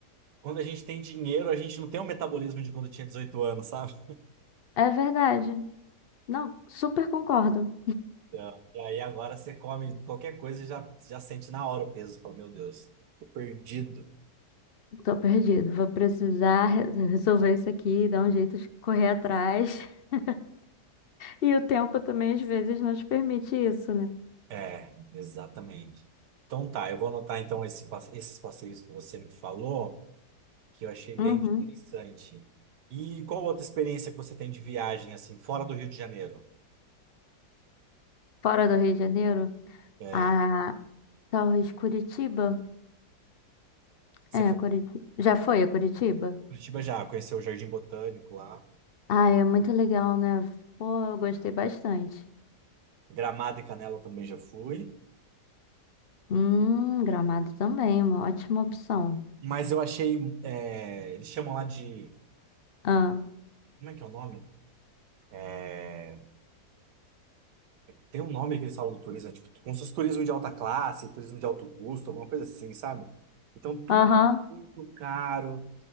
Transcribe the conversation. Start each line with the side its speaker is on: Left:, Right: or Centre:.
Right: quando a gente tem dinheiro, a gente não tem o metabolismo de quando tinha dezoito anos, sabe?
Left: É verdade. Não, super concordo.
Right: Então, E aí agora você come qualquer coisa e já, já sente na hora o peso. Você Fala, meu Deus, tô perdido.
Left: Tô perdido. Vou precisar re- resolver isso aqui, dar um jeito de correr atrás. <laughs> E o tempo também, às vezes, nos permite isso, né?
Right: É, exatamente. Então tá, eu vou anotar então esse passe- esses passeios que você me falou, que eu achei bem
Left: Uhum.
Right: interessante. E qual outra experiência que você tem de viagem, assim, fora do Rio de Janeiro?
Left: Fora do Rio de Janeiro,
Right: É,
Left: a talvez Curitiba.
Right: Você
Left: É,
Right: foi para
Left: Curitiba. Já foi a Curitiba?
Right: Curitiba já, conheceu o Jardim Botânico lá.
Left: Ah, é muito legal, né? Pô, eu gostei bastante.
Right: Gramado e Canela também já fui.
Left: Hum, Gramado também, uma ótima opção.
Right: Mas eu achei. é, eles chamam lá de.
Left: Ah,
Right: Como é que é o nome? É, tem um nome que eles falam do turismo, é tipo, como se fosse turismo de alta classe, turismo de alto custo, alguma coisa assim, sabe? Então tudo
Left: aham,
Right: é muito caro